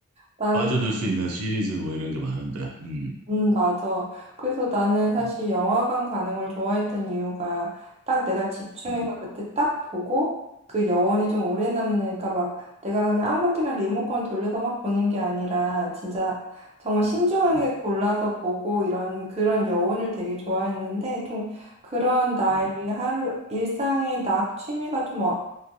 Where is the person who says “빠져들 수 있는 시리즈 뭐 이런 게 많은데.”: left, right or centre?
Right